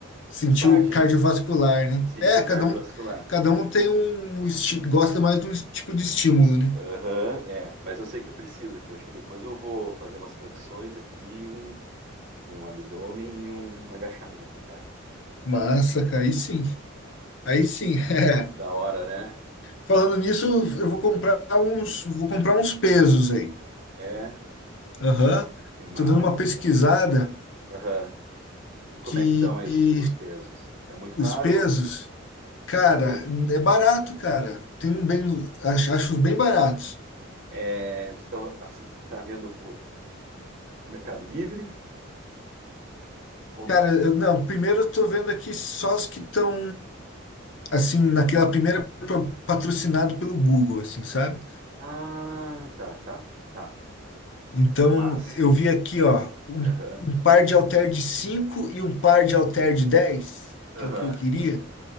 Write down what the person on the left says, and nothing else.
sentiu
cardiovascular,
né?
É,
cada
um, cada
um tem um, esti- gosta mais de um tipo de estímulo, né?
Massa, cara, aí sim. Aí
sim. <laughs> é.
Falando nisso, eu vou comprar uns, vou comprar uns pesos aí.
Aham.
Tô dando uma pesquisada
que,
que
os
pesos, cara,
é barato, cara. Tem um bem, acho, acho uns bem baratos.
Cara, eu, não, primeiro eu tô vendo aqui só os que estão, assim, naquela primeira pro- patrocinado pelo Google, assim, sabe?
Então,
eu vi aqui, ó, um,
um par de halter de 5 e um par de halter de 10
que é o que eu queria,